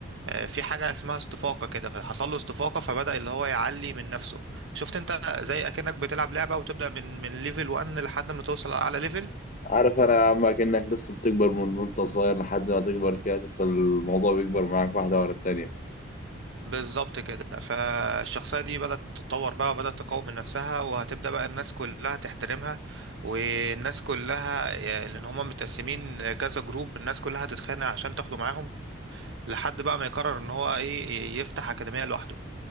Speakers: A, on the right; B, on the left.
A: آه، في حاجة اسمها استفاقة كده فحصل له استفاقة فبدأ اللي هو يعلي من نفسه شفت انت زي اكنك بتلعب لعبة وتبدأ من من ليفل 1 لحد ما توصل على ليفل
B: عارف أنا أما كأنك لسه بتكبر من وأنت صغير لحد ما تكبر كده فالموضوع بيكبر معاك واحدة ورا التانية
A: بالظبط كده فالشخصية دي بدأت تتطور بقى وبدأت تقوم من نفسها وهتبدأ بقى الناس كلها تحترمها والناس كلها يعني لأن هما متقسمين كذا جروب الناس كلها هتتخانق عشان تاخده معاهم لحد بقى ما يقرر ان هو ايه يفتح أكاديمية لوحده